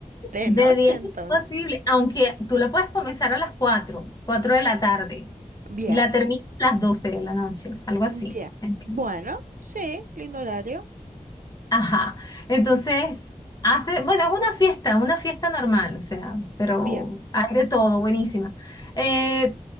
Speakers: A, on the right; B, on the left.
A: de
B: De
A: noche
B: 10
A: entonces.
B: es posible, aunque tú la puedes comenzar a las cuatro cuatro de la tarde,
A: Bien,
B: y la terminas a las 12 de la noche, algo así.
A: bien.
B: ¿entiendes?
A: Bueno, sí, lindo horario.
B: Ajá. Entonces, hace, bueno, es una fiesta, una fiesta normal, o sea, pero
A: Bien.
B: hay de todo, buenísima. Eh,